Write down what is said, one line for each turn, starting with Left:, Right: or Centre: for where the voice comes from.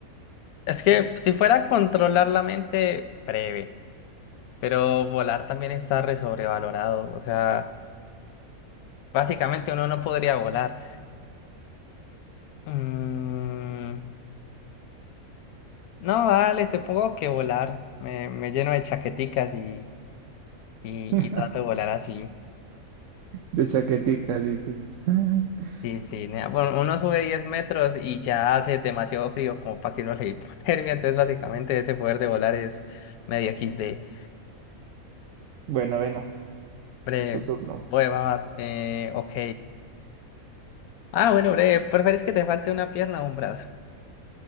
Left: es que si fuera controlar la mente, breve. Pero volar también está re sobrevalorado. O sea, básicamente uno no podría volar. Mm, no, dale, supongo que volar. Me, me lleno de chaqueticas y, y,
Right: <laughs>
Left: y trato de volar así.
Right: De chaquetica, dice. <laughs>
Left: Sí, sí. nea, Bueno, uno sube 10 metros y ya hace demasiado frío como para que uno le <laughs> dé hipotermia. Entonces, básicamente, ese poder de volar es medio equis de
Right: Bueno, bueno,
Left: Bre,
Right: su turno.
Left: voy, vas, eh, ok. Ah, bueno, bre, ¿preferís que te falte una pierna o un brazo?